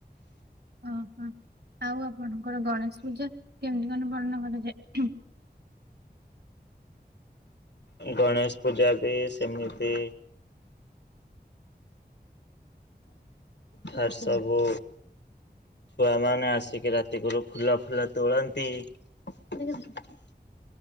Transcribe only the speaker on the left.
ଗଣେଶ ପୂଜା ବି ସେମିତି ହାର୍ ସଭୁ ଛୁଆମାନେ ଆସିକି ରାତି କରୁ ଫୁଲ ଫୁଲ ତୁଳନ୍ତି। <inaudible>